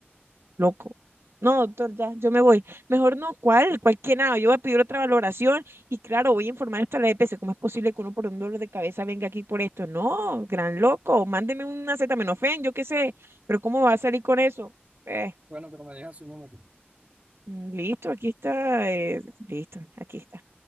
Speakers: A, on the right; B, on the right.
A: Loco. No, doctor, ya, yo me voy. Mejor no, ¿cuál? ¿Cuál que nada? Yo voy a pedir otra valoración y claro, voy a informar hasta la EPS. ¿Cómo es posible que uno por un dolor de cabeza venga aquí por esto? No, gran loco, mándeme un acetaminofén, yo qué sé, pero ¿cómo va a salir con eso? Eh,
B: Bueno, pero me deja su número.
A: mm, listo, aquí está, eh, listo, aquí está.